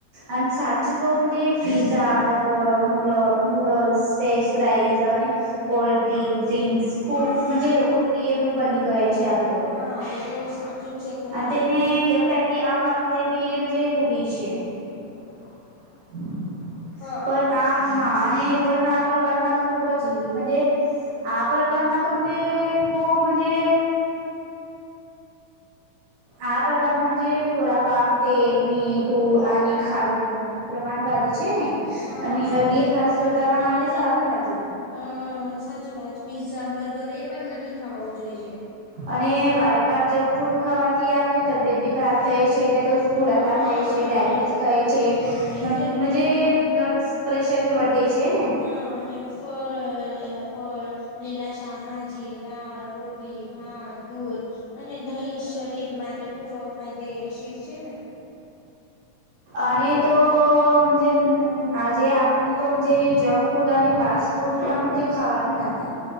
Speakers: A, on the right (about 80°); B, on the left (about 80°).
A: અને સાછુ તો મનજે pizza burger <unintelligible> noodles french fries અને કોલ્ડ ડ્રિંક ડ્રિંક્ ખૂબ મનજે લોકોપ્રિય પણ બની ગયા છે આવી તો
B: હા એ તો સાચું જ છે ખરી
A: અને
B: વાત
A: <unintelligible> પણ
B: હ
A: આ હા અને પણ આ પ્રકારના તો ખુબ જ મનજે આ પ્રકારના તો મનજે ખૂબ મનજે
B: <inaudible>
A: આ પ્રકારના મનજે ખોરાક આમ તેલ મીઠું અને ખાડું નું પ્રમાણ વધે છે ને
B: હા
A: અને
B: સાચું
A: અધ હાસ પોતાના માટે
B: અને
A: સારું નથી
B: અ સાચી વાત પીઝા બર્ગર એ પણ નથી ખાવાવુ જોઈએ
A: અને વારંવાર જંક ફૂડ ખાવાથી આપની તબિયત બી ખરાબ થઈ છે તો સ્થૂલાતા
B: હા
A: થાય છે ડાાયબિટીસ
B: અને
A: થાય છે
B: એટલે ઘરનું
A: મનજે બ્લડ પ્રેશર ભી વધે છે ને
B: હા <unintelligible> લીલા શાકભાજી દાળ રોટલી ભાત દૂધ અને દહી શરીર માટે ખુબ ફાયદેશીર છે ને
A: અને તો મનજે આજે આપને તો મનજે જંક ફૂટ અને પાસફૂડ પણ ખાવાનું નથી